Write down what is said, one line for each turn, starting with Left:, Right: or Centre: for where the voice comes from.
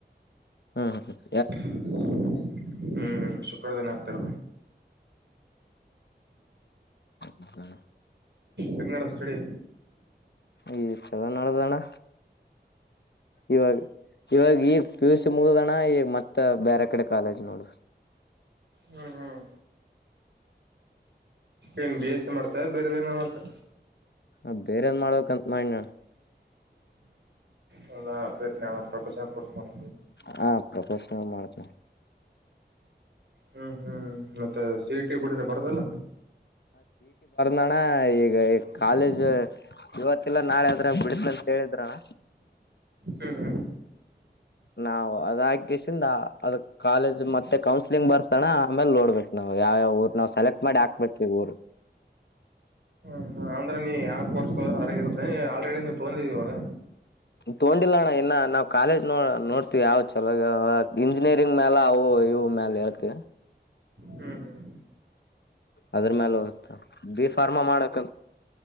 Left: ಹ್ಮ ಹ ಹ
Right: ಹ್ಮ್ ಹ್ಮ್ ಶುಕ್ರ ದಿನ ಆಗ್ತಾರ
Left: ಹಾ
Right: ತಗ್ಞಾರ ಅಷ್ಟಡಿ
Left: ಈ ಚಲೋ ನೋಡದಣ್ಣ ಇವಾಗ ಇವಾಗ ಈಗ ಪಿ ಯು ಸಿ ಮುಗುದಣ್ಣ ಈಗ ಮತ್ತ ಬೇರೆ ಕಡೆ ಕಾಲೇಜ್ ನೋಡ
Right: ಹ್ಮ್ ಹ್ಮ್ ಏನ್ ಬಿ ಎಸ್ ಮಾಡ್ತಾ ಬೇರೆದನ ಮಾಡ್ತಾ
Left: ಹ ಬೇರೆ ಏನ್ ಮಾಡಬೇಕಕ್ಂತ ಮಾಡನಣ
Right: ಹದ ಬೇರಿ ನಾವ ಒಂದು ಪ್ರಪಂಚ ಕೊಡ್ಸ್ ಮಾಡಿ
Left: ಹಾ ಪ್ರೊಫಷನಲ್ ಮಾಡ್ತ
Right: ಹ್ಮ್ ಹ್ಮ್ ಮತ್ತೆ ಸಿೀಟಿ ಬಿಡಿರ ಬರದಲ್ಲ
Left: ನಣ ಈಗ ಕಾಲೇಜ್
Right: ಹ್ಮ್
Left: ಇವತ್ತಲ್ಲ ನಾಳೆ ಆದದ್ರೆ ಬಿಡಿಸಂತ ಹೇಳೇಳಿದ್ರಣ್ಣ
Right: ಹ್ಮ್
Left: ನಾವವು ಅದಸಿಂದ ಅದ ಕಾಲೇಜ್ ಮತ್ತೆ ಕೌನ್ಸಿಲಿಂಗ್ ಬರ್ತಣ ಆಮೇಲೆ ನೋಡ್ಬೇಕು ನಾವ್ ಯಾವ್ಯಾವ ಊರ್ ನಾವ್ ಸೆಲೆಕ್ಟ್ ಮಾಡಿ ಹಾಕ್ಬೇಕಕ್ ಈ ಊರು
Right: ಹ ಅಂದ್ರೆ ನೀ ಯಾಕೆ ಕೋರ್ಸ್ೋ ಹೊರಗ ಇರ್ತ ಆಲ್ರೆಡಿ ನೀ ತೊಂದಿದಿವಾಗ
Left: ತಗೊಂಡಿಲ್ಲಣ್ಣ ಇನ್ನ ನಾವ್ ಕಾಲೇಜ್ ನೋ ನೋಡ್ತಿೀವಿ ಯಾವ ಚಲೋ ಇಂಜಿನಿಯರಿಂಗ್ ಮೇಾಲ ಅವು ಇವು ಮ್ಯಾಲ ಹೇಳ್ತಿವಿ
Right: ಹ್ಮ್ ಹ್ಮ್
Left: ಅದ್ರ ಮ್ಯಾಲ ಹೋಗತ ಬಿ ಫಾರ್ಮಾ ಮಾಡಕ